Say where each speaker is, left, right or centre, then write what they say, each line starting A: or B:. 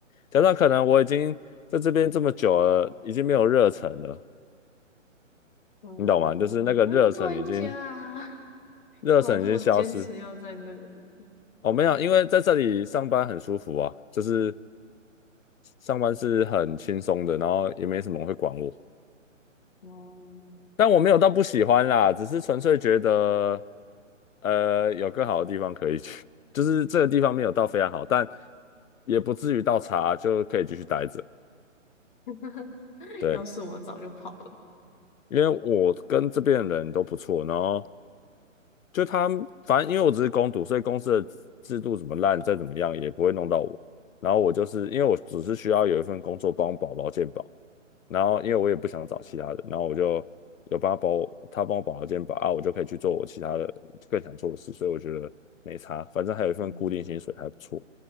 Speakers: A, on the left; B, on the left.
A: 加上可能我已经在这边这么久了，已经没有热忱了。
B: 哦，
A: 你懂吗？就是那个热忱已经
B: 那就换一家啊
A: 热忱已经消失。
B: 干嘛这么坚持要在那里？
A: 哦，没有，因为在这里上班很舒服啊，就是上班是很轻松的，然后也没什么人会管我。
B: 哦，
A: 但我没有到不喜欢啦，只是纯粹觉得，呃，有更好的地方可以去，<laughs> 就是这个地方没有到非常好，但也不至于到差，就可以继续待着。
B: <laughs>
A: 对，
B: 要是我早就跑了。
A: 因为我跟这边的人都不错，然后就他们反正因为我只是工读，所以公司的制度怎么烂，再怎么样也不会弄到我。然后我就是因为我只是需要有一份工作帮我保劳健保，然后因为我也不想找其他的，然后我就有帮他保我，他帮我保劳健保啊，我就可以去做我其他的更想做的事，所以我觉得没差，反正还有一份固定薪水还不错。
B: 嗯，